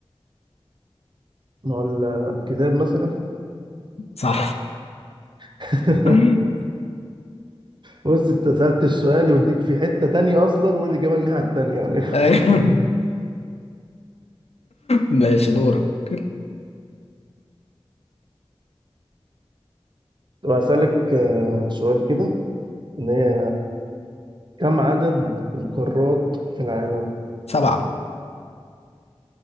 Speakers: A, on the right; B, on the left.
A: ما هو الكتاب مثلا
B: صح
A: <laughs>
B: <laughs>
A: بص أنت سألت السؤال يوديك في حتة تانية أصلا والإجابة الناحية التانية يعني <laughs>
B: ايوه
A: بس
B: ماشي دورك
A: طب هسألك آه، سؤال كده إن هي كم عدد القارات في العالم؟
B: سبعة